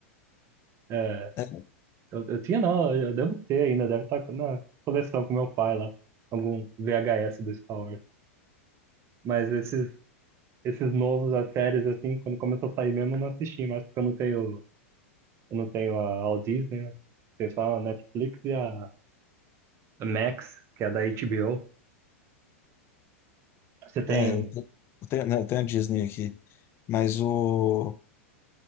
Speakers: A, on the right; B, on the left.
A: É,
B: É,
A: eu, eu tinha não, eu devo ter ainda, deve estar na coleção com meu pai lá. Algum VHS do Star Wars. Mas esses, esses novos, as séries, assim, quando começou a sair mesmo, eu não assisti, mas porque eu não tenho, eu não tenho a All Disney, né? Tem só a Netflix e a a Max, que é da HBO. Você tem.
B: é, eu te- eu tenho, né, eu tenho a Disney aqui. Mas o